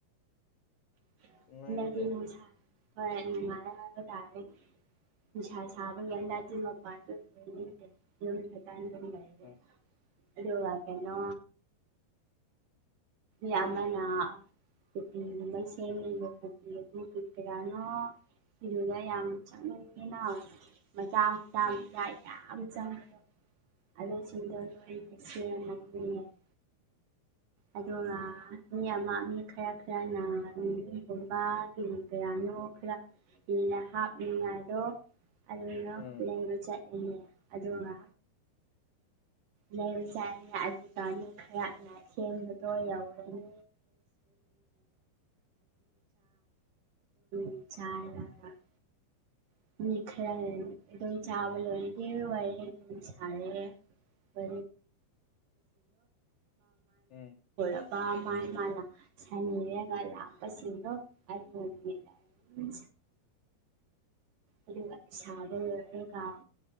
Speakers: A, on the right; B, on the left.
A: <unintelligible>
B: ꯅꯨꯡꯉꯥꯏꯔꯦꯅꯦ
A: <unintelligible>
B: ꯑꯥ
A: ꯑꯗꯨꯒ ꯀꯩꯅꯣ ꯌꯥꯝꯃꯅꯥ <unintelligible> ꯐꯤꯗꯨꯗ ꯌꯥꯝ ꯆꯪꯅꯤꯡꯅꯤꯅ ꯃꯆꯥ
B: ꯎꯝ
A: <unintelligible>
B: ꯑ
A: ꯑꯗꯨꯒ ꯃꯤ ꯑꯃ ꯃꯤ ꯈꯔ ꯈꯔꯅ ꯃꯤꯒꯨꯝꯕꯒꯤ ꯀꯌꯥꯅꯣ ꯈꯔ ꯏꯟꯅ ꯍꯥꯞꯅꯤꯡꯉꯥꯏꯔꯣ ꯑꯗꯨꯅ
B: ꯎꯝ
A: ꯂꯩꯕ ꯆꯠꯂꯅꯦ ꯑꯗꯨꯒ ꯂꯩꯕ ꯆꯥꯅ ꯑꯗꯨ ꯇꯅꯤ ꯈꯔꯅ ꯁꯦꯝꯕꯗꯣ ꯌꯧꯔꯅꯤ <unintelligible> <unintelligible> <unintelligible>
B: ꯎꯝ
A: ꯏꯄꯥ ꯃꯥ ꯃꯥꯅ ꯁꯅꯤꯔꯒ ꯂꯥꯛꯄꯁꯤꯡꯗꯣ ꯍꯥꯏ ꯅꯨꯃꯤꯠ ꯎꯝ ꯑꯗꯨꯒ ꯁꯥꯕ ꯂꯣꯏꯔꯒ